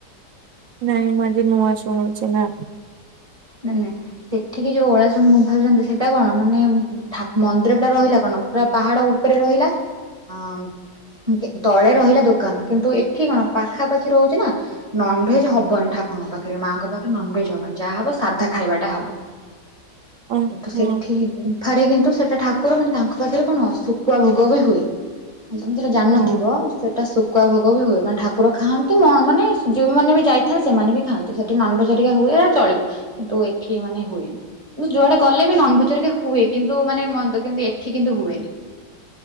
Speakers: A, on the right; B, on the right.
A: ନାଇଁ ମୁଁ ଆଜି ନୂଆ ଶୁଣୁଛି ନା
B: ନେନେ ସେଠିକି ଯୋଉ ଓଳା ଶୁଣି ଗୁମ୍ଫାରୁଛନ୍ତି ସେଇଟା କଣ ମାନେ ମନ୍ଦିର ଟା ରହିଲା କଣ ପୁରା ପାହାଡ଼ ଉ ଉପରେ ରହିଲା ଅଁ ତଳେ ରହିଲା ଦୋକାନ୍ କିନ୍ତୁ ଏଠି କଣ ପାଖାପାଖି ରହୁଛି ନା ନନ୍ଭେଜ ହବନି ଠାକୁଙ୍କ ପାଖରେ ମାଆଙ୍କ ପାଖରେ ନନଭେଜ ହବନି ଯାହା ହବ ସାଧା ଖାଇବାଟା ହବ
A: ଓହୋ
B: କିନ୍ତୁ ସେଠି ଫାରେ କିନ୍ତୁ ସେଟା ଠାକୁର ମାନେ ତାଙ୍କ ପାଖରେ କଣ ଶୁଖୁଆ ଭୋଗ ବି ହୁଏ। ତମେ ସେଇଟା ଜାଣିନଥିବ।
A: ହଁ
B: ସେଟା ଶୁଖୁଆ ଭୋଗ ବି ହୁଏ ମାନେ ଠାକୁର ଖାଆନ୍ତି ମାନେ ଯୋଉମାନେ ବି ଯାଇଥାନ୍ତି ସେମାନେ ବି ଖାଆନ୍ତି ସେ ଏଠ ନନ୍ଭେଜ୍ ହେରିକା ହୁଏ ଚଳିବ କିନ୍ତୁ ଏଠି ମାନେ ହୁଏନି। କିନ୍ତ ଯୁଆଡେ଼ ଗଲେ ବି ନନ୍ଭରିକା ହୁଏ କିନ୍ତୁ ମାନେ ମନ୍ଦି କିନ୍ତୁ ଏଠି କିନ୍ତୁ ହୁଏନି।